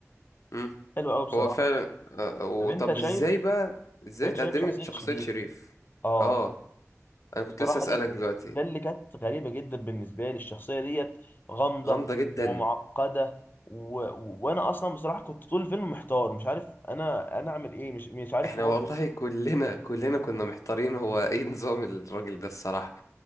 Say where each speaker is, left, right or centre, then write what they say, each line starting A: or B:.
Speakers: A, on the left; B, on the left.
A: امم
B: حلو قوي بصراحة
A: هو فعلا آه آه، وطب
B: طب انت شايف
A: ازاي بقى ازاي
B: انت
A: اتقدمت
B: شايف شخصية
A: شخصية
B: شريف
A: شريف
B: اه
A: اه انا
B: بصراحة
A: كنت لسه اسألك
B: ده
A: دلوقتي
B: ده اللي كانت غريبة جدا بالنسبة لي الشخصية ديت غامضة
A: غامضة جدا
B: ومعقدة و... و... وانا اصلا بصراحة كنت طول الفيلم محتار مش عارف انا انا اعمل ايه مش مش عارف
A: احنا
B: هو
A: والله <laughs> كلنا كلنا كنا محتارين هو ايه نظام الراجل ده الصراحة